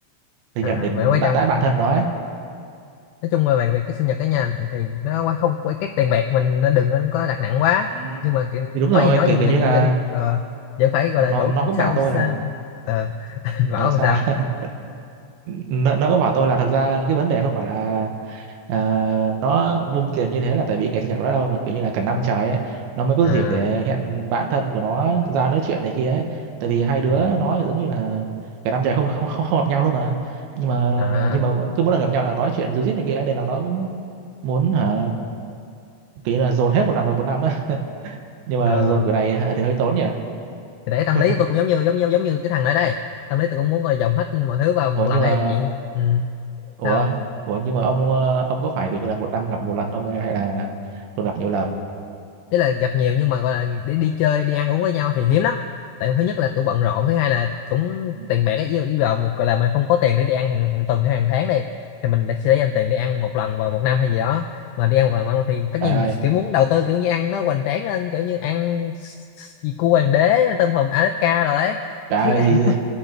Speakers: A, on the right; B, on the left.
A: sinh
B: À,
A: nhật để
B: vậy quan trọng
A: đãi đãi bạn
B: ừ,
A: thân nó ấy
B: nói chung là về việc cái sinh nhật cả nhà thì nó quá không quá cái tiền bạc mình nó đừng nên có đặt nặng quá
A: Ừ.
B: nhưng mà kiểu,
A: thì đúng
B: nói
A: rồi
B: gì nói
A: kiểu
B: dân
A: kiểu
B: dân
A: như là
B: dân ờ, vẫn phải gọi
A: nó
B: là đủ
A: nó cũng
B: sao
A: bảo
B: cái
A: tôi
B: sao-
A: là
B: ờ, <laughs>
A: ờ
B: bảo không
A: sao
B: sao
A: <laughs> nó nó cũng bảo tôi là thật ra cái vấn đề không phải là à, nó vung tiền như thế là tại vì ngày sinh nhật của nó đâu mà kiểu như là cả năm trời ấy nó mới có
B: à
A: dịp để hẹn bạn thân của nó ra nói chuyện này kia ấy tại vì hai đứa
B: ừ,
A: nó kiểu giống như là cả năm trời không không không, không gặp nhau luôn mà nhưng mà
B: à
A: nhưng mà cứ mỗi lần gặp nhau là nói chuyện ríu rít này kia nên là nó cũng muốn hả kiểu như là dồn hết một lần vào một năm á <laughs> nhưng mà
B: ờ,
A: dồn kiểu này hả, thì hơi tốn nhỉ
B: thì đấy tâm
A: <laughs>
B: lý của tôi cũng giống như giống như giống như cái thằng ở đây tâm lý tôi cũng muốn gọi dồn hết mọi thứ vào một
A: ủa nhưng
B: lần ấy
A: mà
B: chuyện ừ,
A: ủa
B: sao
A: ủa nhưng mà ông ờ, ông có phải kiểu như là một năm gặp một lần không hay hay là còn gặp nhiều lần
B: ý là gặp nhiều nhưng mà gọi là đi đi chơi đi ăn uống với nhau thì hiếm lắm tại thứ nhất là cũng bận rộn thứ hai là cũng
A: Ừ.
B: tiền bạc ấy yêu yêu vào một gọi là mình không có tiền để đi ăn hàng hàng tuần hay hàng tháng đây thì mình đã- sẽ dành tiền để ăn một lần vào một năm hay gì đó mà đi ăn một lần vào một năm thì tất
A: trời
B: nhiên
A: ơi
B: mình kiểu muốn đầu tư kiểu như ăn nó hoành tráng lên kiểu như ăn s- s- gì cua hoàng đế tôm hùm Alaska rồi đấy
A: trời
B: chứ
A: ơi
B: ăn
A: gì